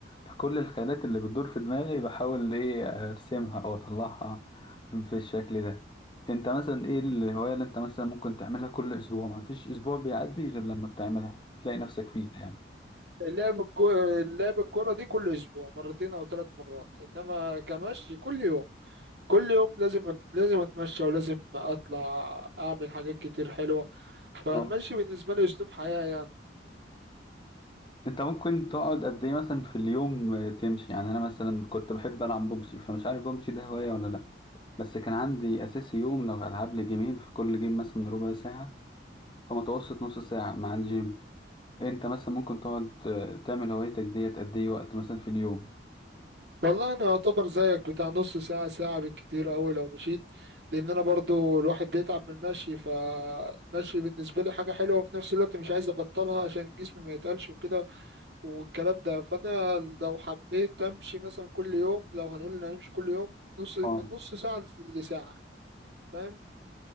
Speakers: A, on the left (about 25°); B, on the right (about 65°).
A: فكل الخيالات اللي بتدور في دماغي بحاول إيه أرسمها أو أطلعها في الشكل ده أنت مثلا إيه الهواية اللي أنت مثلا ممكن تعملها كل أسبوع مفيش أسبوع بيعدي غير لما بتعملها تلاقي نفسك فيه يعني
B: اللعب الكو... اللعب الكرة دي كل أسبوع مرتين أو ثلاث مرات إنما كمشي كل يوم كل يوم لازم لازم أتمشى ولازم أطلع أعمل حاجات كتير حلوة فالمشي
A: اه
B: بالنسبة لي أسلوب حياة يعني
A: انت ممكن تقعد قد ايه مثلا في اليوم آه، تمشي يعني انا مثلا كنت بحب العب ببجي فمش عارف ببجي ده هوايه ولا لا بس كان عندي اساسي يوم لو العب لي جيمين في كل جيم مثلا ربع ساعه فمتوسط نص ساعه مع الجيم انت مثلا ممكن تقعد آه، تعمل هوايتك ديت قد ايه وقت مثلا في اليوم
B: والله أنا أعتبر زيك بتاع نص ساعة ساعة بالكتير أوي لو مشيت لأن أنا برضو الواحد بيتعب من المشي فالمشي بالنسبة لي حاجة حلوة وفي نفس الوقت مش عايز أبطلها عشان جسمي ما يتقلش وكده والكلام ده فانا لو حبيت امشي مثلا كل يوم لو هنقول ان هنمشي كل يوم نص من
A: اه
B: نص ساعة لساعة فاهم